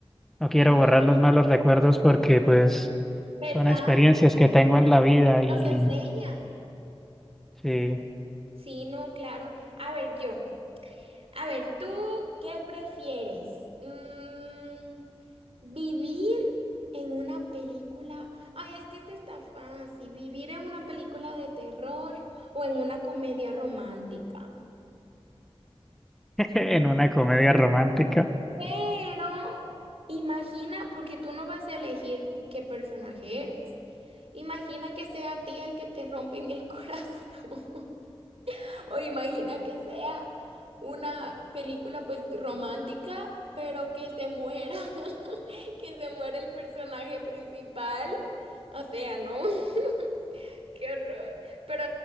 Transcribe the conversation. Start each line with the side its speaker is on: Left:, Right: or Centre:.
Centre: No quiero
Right: Mm,
Centre: borrar los malos recuerdos porque pues
Right: ¿Verdad?
Centre: son experiencias que tengo en la vida y
Right: Nos enseñan.
Centre: sí,
Right: Sí, no, claro. A ver, yo. A ver, ¿tú qué prefieres? Mm, ¿vivir en una película? Ay, es que esta está fácil. ¿Vivir en una película de terror o en una comedia romántica?
Centre: <laughs> en una comedia romántica.
Right: Pero imagina, porque tú no vas a elegir qué personaje eres. Imagina que sea a ti el que te rompen el <laughs> corazón. O imagina que sea una película pues romántica, pero que se muera, <laughs> que se muera el personaje principal. O sea, ¿no? <laughs> Qué horror. Pero